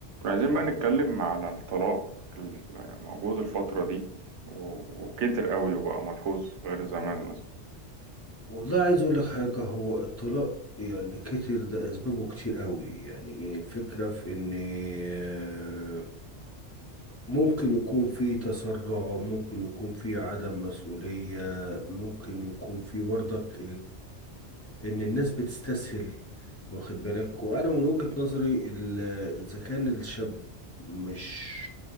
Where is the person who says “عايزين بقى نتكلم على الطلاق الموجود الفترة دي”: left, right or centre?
Right